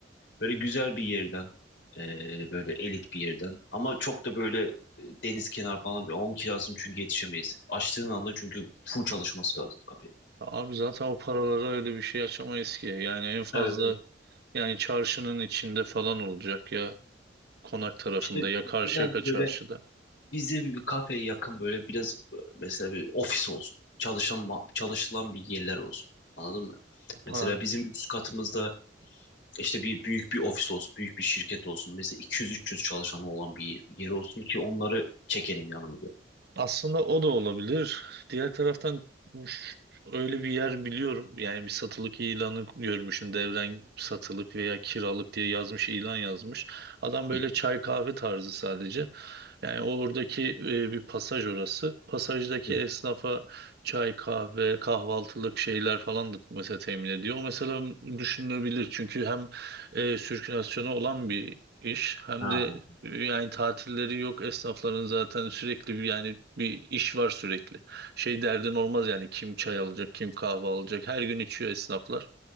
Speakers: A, on the left; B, on the right.
A: Böyle güzel bir yerden eee, böyle elit bir yerden ama çok da böyle e, deniz kenarı falan bir 10 kirasını çünkü yetişemeyiz. Açtığın anda çünkü full çalışması lazım kafe.
B: Abi zaten o paralara öyle bir şey açamayız ki. Yani en fazla
A: Evet, evet.
B: yani çarşının içinde falan olacak ya konak tarafında
A: İşte
B: ya Karşıyaka
A: biraz
B: çarşıda.
A: böyle bize bir, bir kafeye yakın böyle biraz e, mesela bir ofis olsun. Çalışan ma- çalışılan bir yerler olsun. Anladın mı? Mesela
B: Ha,
A: bizim üst katımızda işte bir büyük bir ofis olsun, büyük bir şirket olsun. Mesela 200-300 çalışanı olan bir yer olsun ki onları çekelim yanımıza.
B: Aslında o da olabilir. Diğer taraftan uş- öyle bir yer biliyorum. Yani bir satılık ilanı görmüşüm. Devren satılık veya kiralık diye yazmış, ilan yazmış. Adam böyle
A: Hı
B: çay kahve tarzı sadece. Yani oradaki e, bir pasaj orası. Pasajdaki
A: hı.
B: esnafa çay, kahve, kahvaltılık şeyler falan da mesela temin ediyor. O mesela düşünülebilir. Çünkü hem e, sirkülasyonu olan bir iş. Hem
A: Ha,
B: de
A: ha.
B: e, yani tatilleri yok. Esnafların zaten sürekli bir yani bir iş var sürekli. Şey derdin olmaz yani kim çay alacak, kim kahve alacak. Her gün içiyor esnaflar.